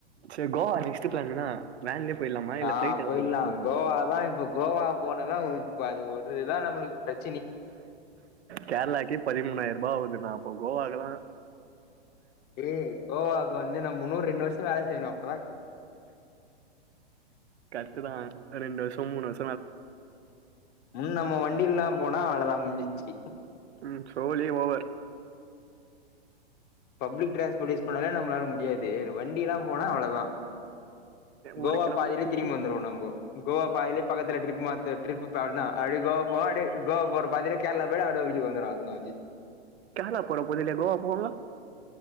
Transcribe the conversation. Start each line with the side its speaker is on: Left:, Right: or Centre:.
Right: சரி கோவா நெக்ஸ்ட் பிளான் என்னா வேன்லயே போயிடலாமா இல்ல
Left: ஆ
Right: பிளைட் எதுனா
Left: போயிலா
Right: புக் பண்ணலாமா
Left: கோவாதா இப்போ கோவா போனதாம்ப்பது ஒருதுதான் நம்முளுக்கு ப்ரெச்
Right: கேர்லாக்கே பதிமூனாயிருபா ஆவுது நா அப்போ கோவாகல்லா
Left: இரு <unintelligible> நம்முன்னோ ரெண்டு வர்ஷ் ம் வேல செய்யணும்
Right: கத்துனா ரெண்டு வர்ஷ் <unintelligible>
Left: ம் நம்மோ வண்டில்லாம் போனா அவளதா முஞ்சிச்சு
Right: ம் சோலி ஓவர்
Left: பப்ளிக் டிரான்ஸ்போர்ட் யூஸ் பண்ணலே நம்மளால முடியாது இதுல வண்டிலா போனா அவ்ளவுதா கோவா
Right: ஒரு கிலோமீட்டர்
Left: பாதிலே திரும்பி வந்துருவோம் நம்போ கோவா பாதிலே பக்கத்துல ட்ரிப் மாத்து ட்ரிப்பு பாத்னா அப்டே கோவா போவா அப்டே கோவா போற பாதையில கேரளா போயிட்டு அப்டே வீட்டுக்கு வந்துருவோ அவள்தா முஞ்சிட்சி
Right: கேரளா போற போதையிலயா கோவா போவாங்க